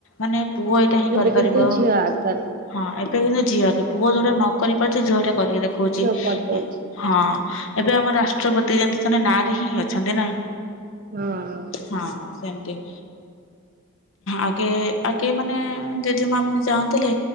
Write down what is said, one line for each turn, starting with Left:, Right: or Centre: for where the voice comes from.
Left: ମାନେ ପୁଅ ଏଇଟା ହିଁ
Right: ଏବେ
Left: କରିପାରିବ।
Right: କିନ୍ତୁ ଝିଅ ଆଗରେ
Left: ହଁ ଏବେ କିନ୍ତୁ ଝିଅ ଆଗେ ପୁଅ ଯୋଉଟା ନ କରିପାରୁଛି ଝିଅ ହେଟା କରିକି ଦେଖାଉଛି। ଖଉଛି
Right: ଝିଅ କରିଦଉଛି
Left: ହଁ ଏବେ ଆମ ରାଷ୍ଟ୍ରପତି ଯେମିତି ଜଣେ ନାରୀ ହିଁ ଅଛନ୍ତି ନା
Right: ହଁ।
Left: ହଁ ସେମ୍ତି। ଆଗେ ଆଗେ ମାନେ ଜେଜେ ମା ମାନେ ଚାହୁଁଥିଲେ।